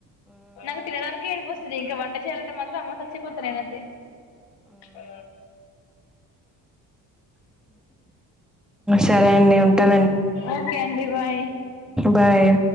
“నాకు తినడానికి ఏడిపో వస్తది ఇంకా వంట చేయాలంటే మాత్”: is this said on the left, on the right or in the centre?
Left